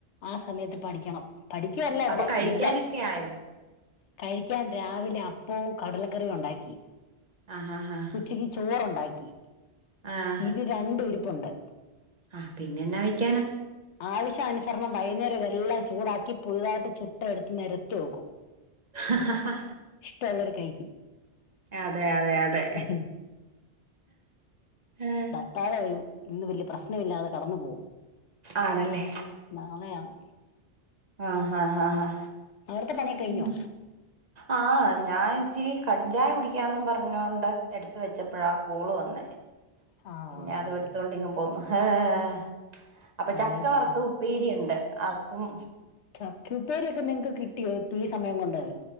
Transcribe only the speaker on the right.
അപ്പൊ കഴിക്കാനൊക്കെ
ആയോ
ആഹ് ആഹ് ആഹ്
ആഹ്
ആഹ് പിന്നെ എന്നാ വേക്കാന
ആഹ്
അതെ അതെ അതെ
ആഹ്
ആണല്ലേ
ആഹ് ആഹ് ആഹ് ആഹ്
ഉം ആഹ് ഞാൻ ഇച്ചിരി കടിഞ്ചായ കുടിക്കാന്ന് പറഞ്ഞോണ്ട് എടുത്ത വെച്ചപ്പോഴാ കോള് വന്നേ
പിന്നെ അതും
എടുത്തോണ്ട് പോന്നു ഏഹ് അപ്പൊ
ചക്ക
വറുത്ത് ഉപ്പേരിയുണ്ട് അതും